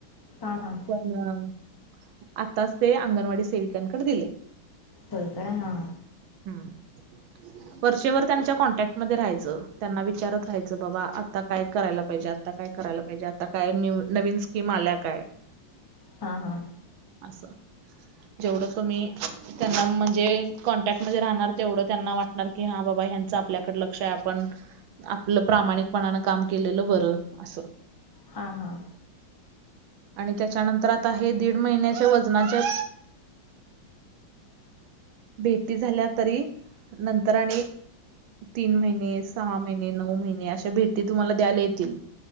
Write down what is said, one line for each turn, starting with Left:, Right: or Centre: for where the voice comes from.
Left: हा हा.
Right: पण, आताच ते अंगणवाडी सेविकांकडे दिले.
Left: होय काय हा.
Right: हम्म. वर्चेवर त्यांच्या कॉन्टॅक्ट म राहायचं. त्यांना विचारत राहायचं, बाबा आता काय करायला पाहिजे आता काय करायला पाहिजे. आता काय न्यू, नवीन स्कीम आल्या काय?
Left: हा हा.
Right: असं. जेवढं तुम्ही त्यांना म्हणजे कॉन्टॅक्ट मध्ये राहणार तेवढं त्यांना वाटणार की, हा बाबा ह्यांचं आपल्याकडे लक्ष हाय आपण आपलं प्रामाणिकपणानं काम केलेलं बरं, असं.
Left: हा हा.
Right: आणि त्याच्यानंतर आता हे दीड महिन्याच्या वजनाच्या भेटी झाल्या तरी, नंतर आणि तीन महिने, सहा महिने, नऊ महिने अशा भेटी तुम्हाला द्यायला येतील.